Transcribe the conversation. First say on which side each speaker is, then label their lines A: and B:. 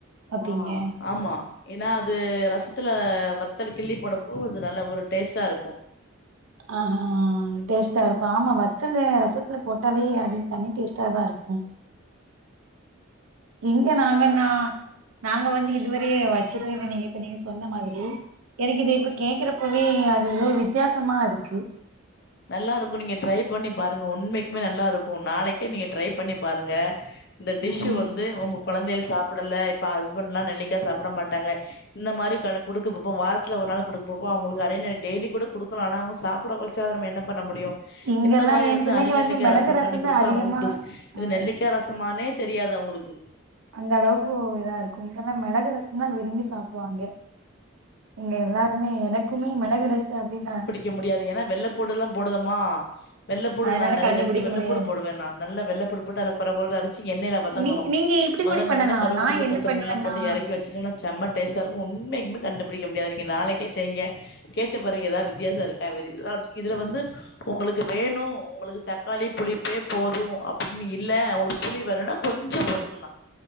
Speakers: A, on the right; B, on the left.
A: வப்பீங்க
B: ஆ ஆமா ஏன்னா அது ரஸ்த்துல வத்தல் கிள்ளி போடப்போ அது நல்ல ஒரு டேஸ்ட்டா இருக்கு
A: ஆ அ டேஸ்ட்டா இருக்கு ஆமா வத்தல ரசத்துல போட்டாலே அது தனி டேஸ்ட்டா தா இருக்கு இங்க நாங்கனா நாங்க வந்து இதுவரயே வச்சதே இல்ல நீங்க இப்ப நீங்க சொன்ன மாரி எனக்கு இது இப்ப கேக்குறப்பவே அது எதோ வித்தியாசமா இருக்கு
B: நல்லா இருக்கு நீங்க ட்ரை பண்ணி பாருங்க உண்மைக்குமே நல்லா இருக்கு நாளைக்கே நீங்க ட்ரை பண்ணி பாருங்க இந்த டிஷ்ஷு
A: ம்
B: வந்து உங்க கொழந்தைகள் சாப்படல இப்ப ஹஸ்பண்ட் எல்லா நெல்லிக்கா சாப்பிட மாட்டாங்க இந்த மாரி கடு குடுக்க போ வாரத்துல ஒரு நாள் குடுக்க போப்ப அவ்ங்களுக்கு நெறை நெறைய டெய்லி கூட குடுக்கலா ஆனா அவுங்க சாப்ட கது நம்ம என்ன பண்ண முடியு
A: இங்கெல்லா
B: இந்த மாரி
A: எ
B: வந்து
A: பிள்ளைங்க
B: அறிநெல்லிக்கா
A: மிளகு
B: ரசம்
A: ரசந்தா
B: பண்ணி குடுத்தா
A: அதிகமா
B: அவ்ங்களுக்கு டுப் இது
A: ஆ
B: நெல்லிக்கா ரசமானே தெரியாது அவ்ங்ளுக்கு
A: அந்த அளவுக்கு இதா இருக்கு இங்கல்லா மெளகு ரசம்தா விரும்பி சாப்டுவாங்க எங்க எல்லாருமே எனக்குமே மெளகுரசோ அப்டின்னா
B: ருக்க முடியாது ஏன்னா வெள்ள பூடுஎல்லா போடுதமா வெள்ளப்பூடு
A: அதனால
B: நா நெறைய
A: கண்டுபிடிக்க
B: ரெண்டு வெள்ளப்பூடு
A: முடியாது
B: போடுவே நா நல்லா வெள்ளப்பூடு போட்டு அத கொர கொய னுஅரச்சு எண்ணெயில வதங்கணு
A: நீ நீங்க இப்டி
B: வதங்னோன்னே
A: கூட பண்ணலா
B: கருவாப்புள்ள
A: நா என்ன
B: கொத்தமல்லில்லா
A: பண்ணுவேன்னா
B: போட்டு எறக்கி வச்சிட்டேன்னா செம்ம டேஸ்டா இருக்கு உண்மைக்குமே கண்டுபிடிக்க முடியாது நீங்க நாளைக்கே செய்ங்க கேட்ட பாருங்க எதா வித்தியாச இருக்கா இதுல வந்து ஒங்களுக்கு வேணு ஒங்களுக்கு தக்காளி புளிப் பபே போது அப்டின்னு இல்ல ஒங்களுக்கு புளி வெனுன்னா கொஞ்ச போட்டுக்கலா